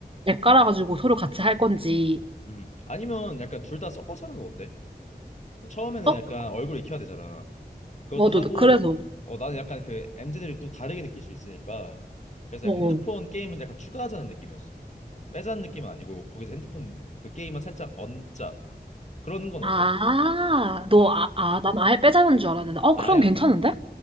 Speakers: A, on the right; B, on the left.
A: 앱 깔아가지고 서로 같이 할 건지.
B: 음. 아니면 약간 둘 다 섞어서 하는 건 어때? 처음에는
A: 어?
B: 약간 얼굴 익혀야 되잖아. 그것도
A: 맞아.
B: 하고,
A: 그래서.
B: 어, 나는 약간 그 MZ들이 또 다르게 느낄 수 있으니까. 그래서
A: 어.
B: 약간 핸드폰
A: 어.
B: 게임은 약간 추가하자는 느낌이었어. 빼자는 느낌은 아니고, 거기서 핸드폰 그 게임은 살짝 얹자. 그러는 건
A: 아,
B: 어때?
A: 너,
B: 음.
A: 아, 아, 난 아예 빼자는 줄 알았는데. 어,
B: 아니야.
A: 그럼 괜찮은데?